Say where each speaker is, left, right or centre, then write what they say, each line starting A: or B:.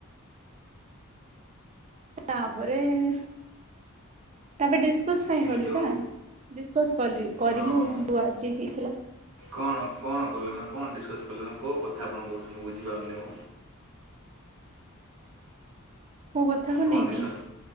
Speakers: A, on the right; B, on the right.
A: ତାପରେ ତାପରେ ଡିସକସ୍ ପାଇଁ
B: କିନ୍ତୁ
A: ଗଲିବା। ଡିସକସ୍ କଲି କରିଲୁୁ
B: ହଁ
A: ଯୋଉ ଆଜି ହେଇଥିଲା।
B: କଣ କଣ କଲେ ମାନେ କଣ ଡିସକସ୍ କଲେ ମାନେ କୋଉ କଥା ଆପଣ କହୁଛନ୍ତି ମୁଁ ବୁଝିପାରୁନି ମ।
A: କୋଉ କଥାକୁ
B: କଣ
A: ନେଇକି
B: ଡିସକସ୍